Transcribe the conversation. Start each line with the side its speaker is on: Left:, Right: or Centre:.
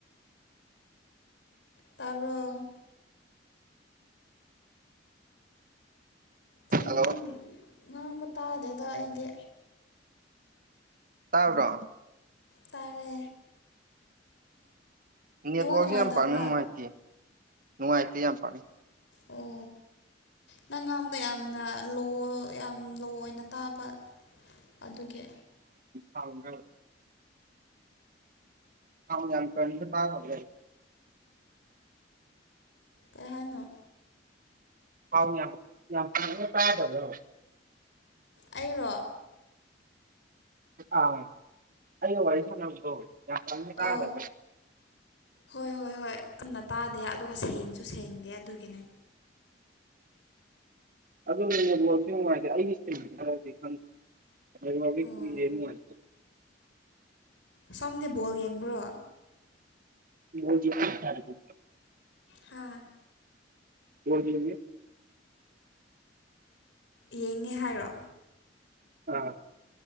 Left: ꯇꯥꯔꯕꯣ ꯀꯩꯅꯣ
Right: ꯍꯜꯂꯣ
Left: ꯅꯪ ꯉꯥꯡꯕ ꯇꯥꯗꯦꯗ ꯑꯩꯗꯤ
Right: ꯇꯥꯕ꯭ꯔꯣ
Left: ꯇꯔꯦ
Right: ꯅꯦꯠꯋꯥꯛꯁꯦ
Left: ꯅꯨꯡꯉꯥꯏꯇꯕ꯭ꯔꯥ
Right: ꯌꯥꯝ ꯄꯥꯛꯅ ꯅꯨꯡꯉꯥꯏꯇꯦ ꯅꯨꯡꯉꯥꯏꯇꯦ ꯌꯥꯝ ꯄꯥꯛꯅ
Left: ꯑꯣ ꯅꯪꯒꯥꯝꯗ ꯌꯥꯝꯅ ꯂꯣ ꯌꯥꯝ ꯂꯣ ꯑꯣꯏꯅ ꯇꯥꯕ ꯑꯗꯨꯒꯤ
Right: ꯁꯥꯡꯒ ꯍ ꯌꯥꯝ ꯀ ꯇꯥ ꯐ
Left: ꯀꯔꯍꯥꯅꯣ
Right: ꯍꯥꯎ ꯇꯥꯗꯕꯣ
Left: ꯑꯩꯔꯣ
Right: ꯑꯥ ꯑꯩ ꯋꯥꯔꯤ ꯁꯥꯟꯅꯕꯗꯣ ꯌꯥꯝ ꯀꯪꯅ ꯇꯥꯗ꯭ꯔ
Left: ꯑꯧ ꯍꯣꯏ ꯍꯣꯏ ꯍꯣꯏ ꯀꯟꯅ ꯇꯥꯗꯦ ꯑꯗꯨꯒ ꯁꯦꯡꯁꯨ ꯁꯦꯡꯗꯦ ꯑꯗꯨꯒꯤꯅꯦ
Right: ꯑꯗꯨ ꯅꯅꯦꯗꯣꯁꯨ ꯅꯨꯡꯉꯥꯏꯇ꯭ꯔꯦ ꯑꯩꯒꯤ ꯁꯟꯃꯤ ꯍꯥꯏꯔꯗꯤ ꯈꯪꯗ ꯀ
Left: ꯑꯣ
Right: ꯃꯥꯊ
Left: ꯁꯣꯝꯗꯤ ꯕꯣꯜ ꯌꯦꯡꯕ꯭ꯔꯣ
Right: ꯃꯖꯤ ꯊꯔꯒꯗ꯭ꯔ
Left: ꯍꯥ
Right: ꯦ
Left: ꯌꯦꯡꯉꯦ ꯍꯥꯏꯔꯣ
Right: ꯑꯥ